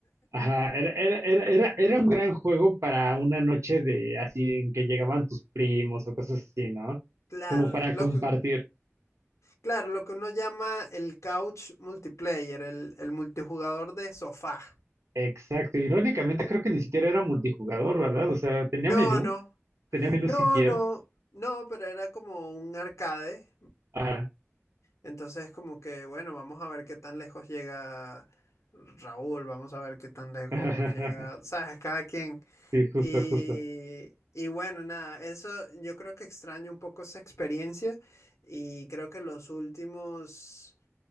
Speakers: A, on the right; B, on the left.
A: Ajá, era, era, era, era, era un gran juego para una noche de así en que llegaban tus primos o cosas así, ¿no?
B: Claro,
A: Como para
B: lo
A: compartir.
B: que, claro, lo que uno llama el couch multiplayer, el, el multijugador de sofá.
A: Exacto, irónicamente creo que ni siquiera era multijugador, ¿verdad? O sea, tenía
B: No,
A: menú,
B: no,
A: tenía menú
B: No,
A: siquiera.
B: no, no, pero era como un arcade.
A: Ajá.
B: Entonces como que, bueno, vamos a ver qué tan lejos llega Raúl, vamos a ver qué tan lejos
A: <laughs>
B: llega, sabes, cada quien.
A: Sí, justo,
B: Y,
A: justo.
B: y bueno, nada, eso yo creo que extraño un poco esa experiencia y creo que los últimos